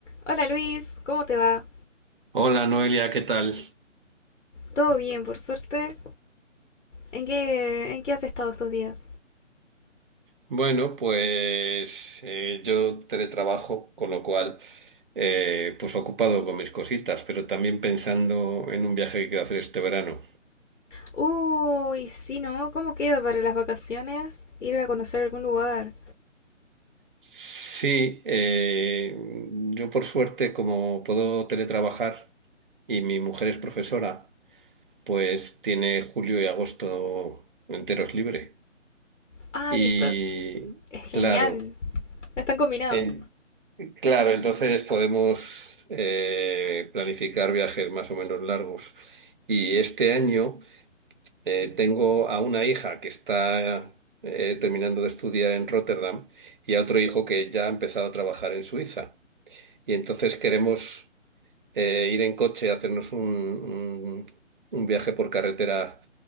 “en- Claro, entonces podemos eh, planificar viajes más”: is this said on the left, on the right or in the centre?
Right